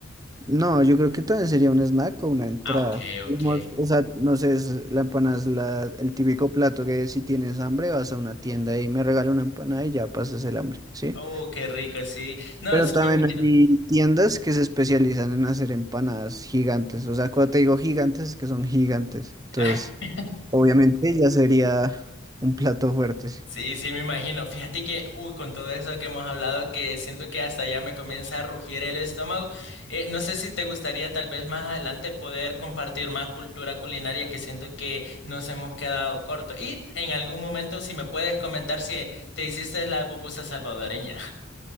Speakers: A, on the right; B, on the left.
A: No, yo creo que también sería un snack o una entrada.
B: Ah, ok,
A: Digamos,
B: ok.
A: o sea, no sé, es- la empanada es la, el típico plato que si tienes hambre vas a una tienda y me regala una empanada y ya pasas el hambre, ¿sí?
B: Oh, qué rico, sí. No,
A: Pero
B: sí
A: también
B: me imagino.
A: hay tiendas que se especializan en hacer empanadas gigantes. O sea, cuando te digo gigantes es que son gigantes. Entonces...
B: <laughs>
A: Obviamente ya sería un plato fuerte.
B: Sí, sí, me imagino. Fíjate que, uy, con todo eso que hemos hablado, que siento que hasta ya me comienza a rugir el estómago. Eh, no sé si te gustaría tal vez más adelante poder compartir más cultura culinaria que siento que nos hemos quedado corto. Y en algún momento, si me puedes comentar si te hiciste la pupusa salvadoreña.